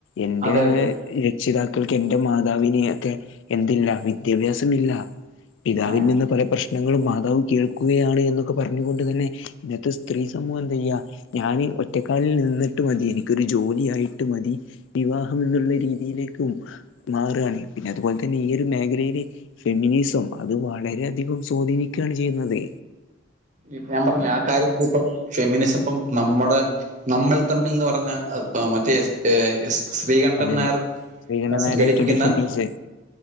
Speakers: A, on the left; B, on the right.
A: എന്റെ
B: അതെ അതെ അതെ
A: രക്ഷിതാക്കൾക്ക് എന്റെ മാതാവിനെ ഒക്കെ എന്തില്ല വിദ്യാഭ്യാസമില്ല. പിതാവിൽ
B: ആ
A: നിന്ന് പല പ്രശ് പ്രശ്നങ്ങളും മാതാവ് കേൾക്കുകയാണ് എന്നൊക്കെ പറഞ്ഞുകൊണ്ട് തന്നെ ഇന്നത്തെ സ്ത്രീ സമൂഹം എന്ത് ചെയ്യാ. ഞാന് ഒറ്റക്കാലിൽ നിന്നിട്ട് മതി. എനിക്കൊരു ജോലി ആയിട്ട് മതി. വിവാഹം എന്നുള്ള രീതിയിലേക്കും. മാറുകയാണ്. പിന്നെ അതുപോലെ തന്നെ ഈ ഒരു മേഖലയില് ഫെമിനി സം. അത് വളരെയധികം സ്വാധീനിക്കുകയാണ് ചെയ്‌യുന്നത്.
B: ഇപ്പം ഞാൻ പറഞ്ഞില്ലെ ആ കാര്യത്തി ഇപ്പം ഫെമിനിസം ഇപ്പം നമ്മുടെ നമ്മൾ തമ്മിൽ എന്ന് പറഞ്ഞ മറ്റേ ശ്രീകണ്ഠൻ
A: അതെ
B: നായർ
A: ശ്രീകണ്ഠൻ
B: സംഘടിപ്പിക്കുന്ന
A: നായരെ ട്വന്റി ഫോർ ന്യൂസ്